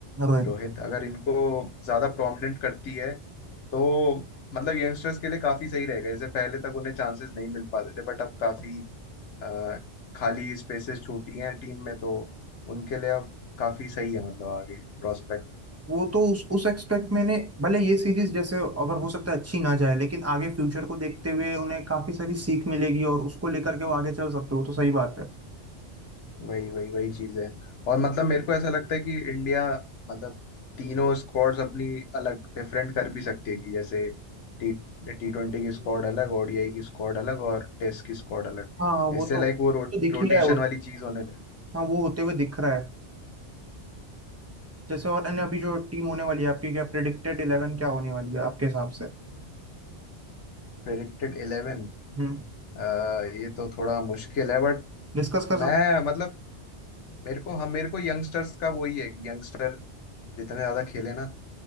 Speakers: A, on the right; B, on the left.
A: रोहित
B: Rohit अगर इनको ज्यादा प्रोमिनेंट करती है तो मतलब यंगस्टर्स के लिए काफी सही रहेगा जैसे पहले तक उन्हें चांसेस नहीं मिल पाते थे बट अब काफी अ, खाली स्पेसेस छोटी हैं टीम में तो उनके लिए अब काफी सही है मतलब आगे प्रोस्पेक्ट
A: वो तो उस उस एक्सपेक्ट मैंने भले ये सीरीज जैसे अगर हो सकता है अच्छी ना जाए लेकिन आगे फ्यूचर को देखते हुए उन्हें काफी सारी सीख मिलेगी और उसको लेकर के वो आगे चल सकते हो तो सही बात है
B: वही वही वही चीज है और मतलब मेरे को ऐसा लगता है कि इंडिया मतलब तीनों स्क्वाड्स अपनी अलग डिफरेंट कर भी सकती है कि जैसे टी टी ट्वेंटी की स्क्वाड अलग ओडीआई की स्क्वाड अलग और टेस्ट की स्क्वाड अलग
A: हाँ हाँ वो
B: इससे
A: तो
B: लाइक वो रो,
A: तो दिख
B: रोटेशन
A: ही रहा है वो तो।
B: वाली चीज होने लगी
A: हाँ वो होते हुए दिख रहा है जैसे और अन्य अभी जो टीम होने वाली है आपकी क्या प्रिडिक्टेड इलेवन क्या होने वाली है आपके हिसाब से
B: प्रेडिक्टेड इलेवन
A: हम्म
B: ये तो थोड़ा मुश्किल है बट
A: डिस्कस कर सकते
B: मैं मतलब मेरे को हम मेरे को यंगस्टर्स का वही है कि यंगस्टर जितने ज्यादा खेले ना